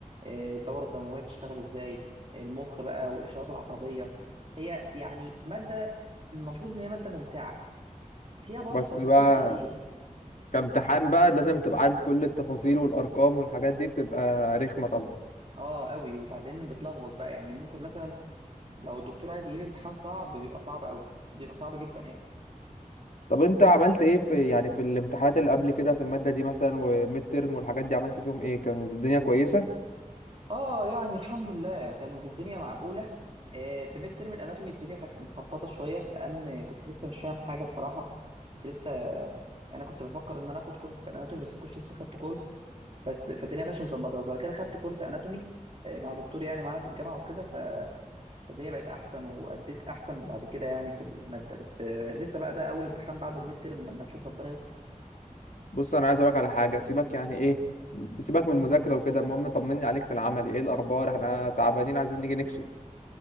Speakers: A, on the right; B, on the left.
A: آه، الدوره الدمويه بتشتغل ازاي المخ بقى والاشارات العصبيه هي يعني ماده المفروض ان هي ماده ممتعه بس فيها برضو
B: بس
A: تفاصيل
B: بقى
A: كتير
B: كامتحان بقى لازم تبقى عارف كل التفاصيل والأرقام والحاجات دي بتبقى رخمة طبعا
A: اه قوي وبعدين بتلخبط بقى يعني ممكن مثلا لو الدكتور عايز يجيب امتحان صعب بيبقى صعب قوي بيبقى صعب جدا يعني
B: طب أنت عملت إيه في يعني في الامتحانات اللي قبل كده في المادة دي مثلا والميد تيرم والحاجات دي عملت فيهم إيه كانت الدنيا كويسة
A: اه يعني الحمد لله كانت الدنيا معقولة آه، في ميد ترم الاناتومي الدنيا كانت مخبطة شوية لان كنت لسه مش فاهم حاجة بصراحة كنت لسه يعني انا كنت بفكر ان انا اخد كورس في الاناتومي بس ما كنتش لسه خدت كورس بس فالدنيا ما كانتش مظبطة بس بعد كده خدت كورس اناتومي آه، مع دكتور يعني معانا في الجامعة وكده ف- فالدنيا بقت احسن واديت احسن بعد كده يعني في المادة بس آه، لسه بقى ده اول امتحان بعد الميد ترم لما نشوف ربنا يستر
B: بص انا عايز اقولك على حاجه سيبك يعني ايه سيبك من المذاكره وكده المهم طمني عليك في العمل ايه الاخبار احنا تعبانين عايزين نيجي نكشف